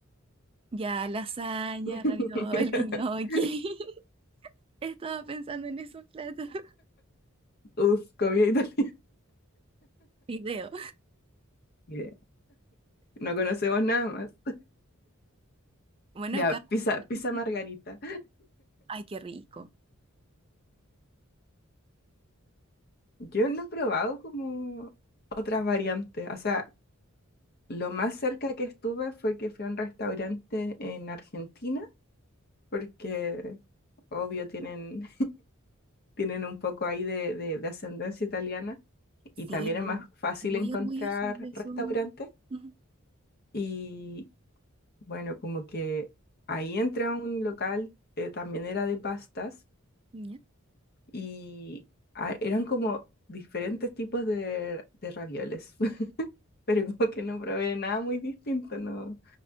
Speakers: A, on the right; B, on the left.
A: Ya, lasaña,
B: <laughs>
A: ravioli, gnocchi. <laughs> Estaba pensando en esos platos. <laughs>
B: Uf, comida italiana.
A: Video.
B: Yeah. No conocemos nada más.
A: Bueno,
B: Ya,
A: acá,
B: pizza,
A: acá
B: pizza
A: en Chile.
B: margarita.
A: Ay, qué rico.
B: Yo no he probado como otras variantes. O sea, lo más cerca que estuve fue que fui a un restaurante en Argentina, porque obvio tienen tienen un poco ahí de, de- de ascendencia italiana y
A: Sí,
B: también es
A: yo
B: más fácil
A: muy
B: encontrar
A: orgulloso de
B: restaurantes
A: su. Ujú,
B: y bueno, como que ahí entra un local, eh, también era de pastas
A: ya.
B: y ah, eran como diferentes tipos de, de ravioles, <laughs> pero como que no probé nada muy distinto, no,